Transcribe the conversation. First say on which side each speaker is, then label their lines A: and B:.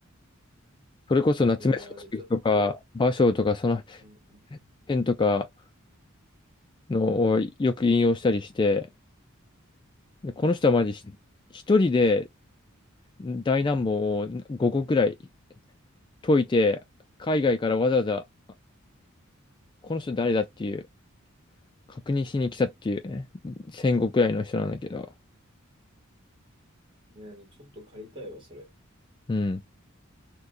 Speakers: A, on the left (about 20°); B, on the right (about 25°).
A: それこそ夏目漱石とか、
B: いやー、で、ちょっと、
A: 芭蕉とか、その
B: うんうん
A: 辺とかのをよく引用したりして、でこの人はマジひ一人で大難問を5個くらい解いて、海外からわざわざ、この人誰だっていう、確認しに来たっていうね、戦後くらいの人なんだけど、
B: いや、ちょっと借りたいわ、それ。
A: うん、